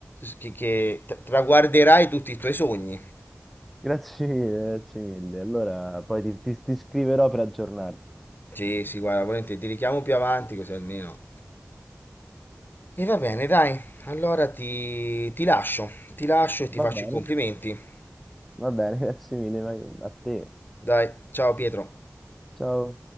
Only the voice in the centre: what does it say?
Grazie mille, grazie mille. Allora, poi ti, ti, ti scriverò per aggiornarti.
Va bene,
va bene, <laughs> grazie mille, ma- a te.
Ciao.